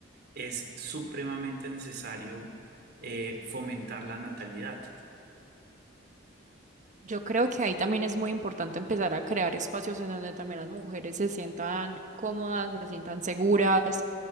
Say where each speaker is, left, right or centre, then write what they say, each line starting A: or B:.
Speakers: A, on the right; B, on the right.
A: es supremamente necesario eh, fomentar la natalidad.
B: Yo creo que ahí también es muy importante empezar a crear espacios en donde también las mujeres se sientan cómodas, se sientan seguras.